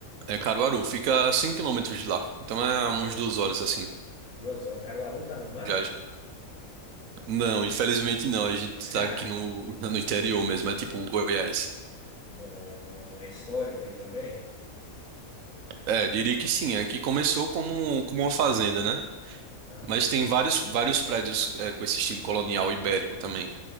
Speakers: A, on the right; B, on the left.
A: É Caruaru, fica a 100 quilômetros de lá. Então é umas duas horas assim,
B: Duas horas. Caruaru tá no mar?
A: viagem. Não, infelizmente não. A gente
B: <laughs>
A: tá aqui no, <laughs> no interior mesmo, é tipo Goiás.
B: Bom, bom. É histórico aí também?
A: É, diria que sim. Aqui começou como, como uma fazenda, né?
B: Ah.
A: Mas tem vários, vários prédios é, com esse estilo colonial ibérico também.